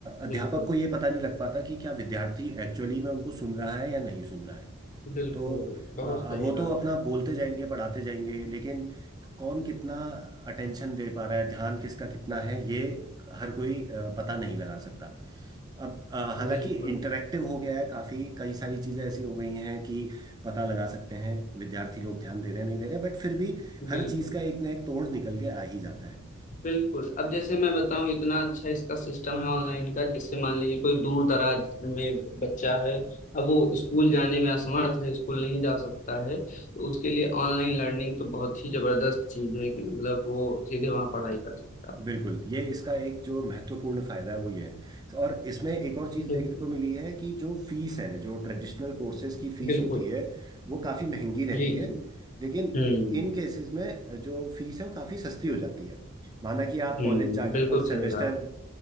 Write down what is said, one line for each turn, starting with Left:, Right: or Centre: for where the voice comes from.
Right: अध्यापक
Left: बिल्कुल
Right: को ये पता नहीं लग पाता कि क्या विद्यार्थी एक्चुअली में उनको सुन रहा है या नहीं सुन रहा है
Left: बिल्कुल
Right: तो
Left: बहुत
Right: आ,
Left: सही
Right: वो तो
Left: बात
Right: अपना
Left: है
Right: बोलते जाएंगे पढ़ाते जाएंगे लेकिन कौन कितना अटेंशन दे पा रहा है ध्यान किसका कितना है ये हर कोई आ, पता नहीं लगा सकता अब अ, हालांकि
Left: बिल्कुल
Right: इंटरैक्टिव हो गया है काफी कई सारी चीजें ऐसी हो गई हैं कि पता लगा सकते हैं विद्यार्थी लोग ध्यान दे रहे हैं नहीं दे रहे बट फिर भी हर
Left: बिल्कुल
Right: चीज का एक ना एक तोड़ निकल के आ ही जाता है
Left: बिल्कुल अब जैसे मैं बताऊं इतना अच्छा इसका सिस्टम है ऑनलाइन का जैसे मान लीजिए कोई दूर दराज में बच्चा है अब वो स्कूल जाने में असमर्थ है स्कूल नहीं जा सकता है तो उसके लिए ऑनलाइन लर्निंग तो बहुत ही जबरदस्त चीज है कि मतलब वो सीधे वहां पढ़ाई कर सकता
Right: बिल्कुल ये इसका एक जो महत्वपूर्ण फायदा है वो ये है और इसमें एक और चीज
Left: है बिल्कुल
Right: देखने को मिली है कि जो फीस है जो ट्रेडिशनल कोर्सेज की फीस
Left: बिल्कुल
Right: होती है वो काफी महंगी रहती
Left: जी
Right: है
Left: जी
Right: लेकिन
Left: हम्म
Right: इन केसेस में जो फीस है वो काफी सस्ती हो जाती है माना कि आप
Left: हम्म
Right: कॉलेज जाके
Left: बिल्कुल
Right: पर सेमेस्टर
Left: सही बात है